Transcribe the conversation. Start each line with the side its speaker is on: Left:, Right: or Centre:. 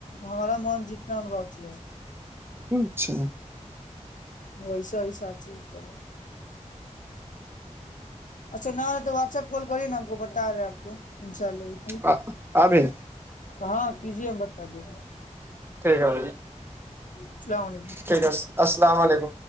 Left: ہمارا من جتنا میں رچلے
Right: اچھا
Left: ویسا حساب سے کر اچھا تو واٹس ایپ کال کری نا ہم کو بتا رہے آپ کو انشاء اللہ بھی
Right: آ ابھی
Left: ہاں کیجیے ہم بتا دو
Right: ٹھیک ہے
Left: السلام علیکم
Right: ٹھیک ہے السلام علیکم